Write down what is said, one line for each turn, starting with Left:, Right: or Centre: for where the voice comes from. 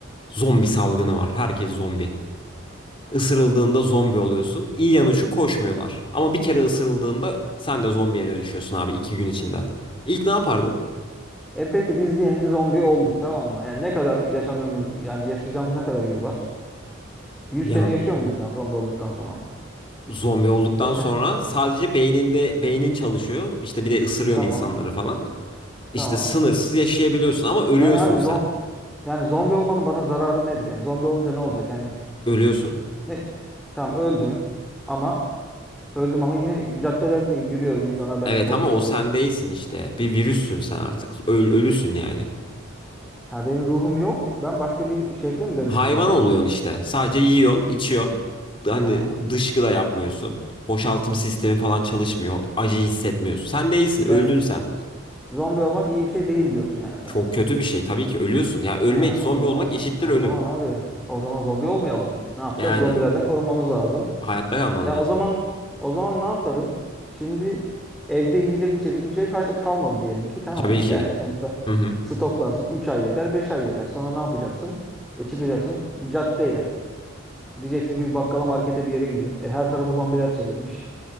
Left: Zombi salgını var. Herkes zombi. Isırıldığında zombi oluyorsun. İyi yanı şu koşmuyorlar. Ama bir kere ısırıldığında sen de zombiye dönüşüyorsun abi iki gün içinde. İlk ne yapardın?
Centre: E peki biz diyelim ki zombi olduk tamam mı? Yani ne kadar yaşam ömrüm yani yaşayacağımız ne kadar yıl var? 100
Left: Ya
Centre: sene yaşıyor muyuz daha zombi olduktan sonra?
Left: zombi olduktan
Centre: Yoksa
Left: sonra sadece beyninde beynin çalışıyor. İşte bir de ısırıyorsun
Centre: tamam.
Left: insanları falan. İşte
Centre: Tamam.
Left: sınırsız yaşayabiliyorsun ama ölüyorsun
Centre: Yani abi
Left: sen.
Centre: zom yani zombi olmanın bana zararı nedir? Yani zombi olunca ne olacak? Yani
Left: Ölüyorsun.
Centre: ne? Tamam öldüm ama öldüm ama yine caddelerdeyim yürüyorum insanlar benden
Left: Evet
Centre: korkuyor.
Left: ama o sen değilsin işte. Bir virüssün sen artık. Öl- ölüsün yani.
Centre: Ha, benim ruhum yok. Ben başka bir şekle mi dönüştüm
Left: Hayvan
Centre: o zaman?
Left: oluyorsun işte. Sadece yiyorsun, içiyorsun. Hani
Centre: Aha.
Left: dışkı da yapmıyorsun. Boşaltım sistemi falan çalışmıyor. Acı hissetmiyorsun. Sen değilsin, öldün
Centre: Yani
Left: sen.
Centre: z- zombi olmak iyi bir şey değil diyorsun yani sen.
Left: Çok kötü bir şey. Tabii ki ölüyorsun. Ya ölmek,
Centre: Ha,
Left: zombi
Centre: o zaman
Left: olmak eşittir
Centre: o
Left: ölüm.
Centre: zaman abi o zaman zombi olmayalım. Ne yapacağız?
Left: Yani
Centre: Zombilerden korunmamız lazım.
Left: hayatta kalman
Centre: Ya
Left: lazım.
Centre: o zaman o zaman ne yaparım? Şimdi evde yiyecek içecek bir şey karşılık kalmadı diyelim ki tamam
Left: Tabii
Centre: mı?
Left: ki.
Centre: Yani sonuçta
Left: Hı hı.
Centre: stoklarsın 3 ay yeter 5 ay yeter. Sonra ne yapacaksın? E çıkacaksın caddeye. Diyeceksin ki bir bakkala markete bir yere gideyim. E her tarafı zombiler çevirmiş.